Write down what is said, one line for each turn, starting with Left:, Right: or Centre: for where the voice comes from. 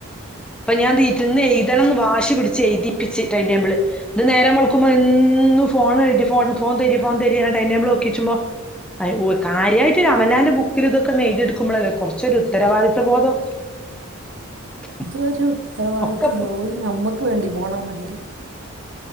Centre: ഇപ്പൊ ഞാൻ തിര്ന്നെഴുതണം വാശി പിടിച്ച് എഴ്തിപ്പിച്ച് ടൈംടേബിള് ഇത് നേരം വന്ന് ഫോണെരിം ഫോൺ ഫോൺ തരിം ഫോൺ തരിം ടൈംടേബിള് നോക്കിച്ചുമ്പൊ ഓ കാര്യായിട്ട് അവനാന്റെ ബുക്കില് ഇതൊക്കൊന്നെയ്തിടുക്കുമ്പളല്ലെ കൊറച്ചൊരു ഉത്തരവാദിത്ത ബോധം <inaudible>
Right: ഇതൊരു ഉത്തരവാദിത്വല്ല
Centre: ഒക്കെ ഇപ്പൊ
Right: ഓര് ഞമ്മക്ക് വേണ്ടി പോണ മാതിരി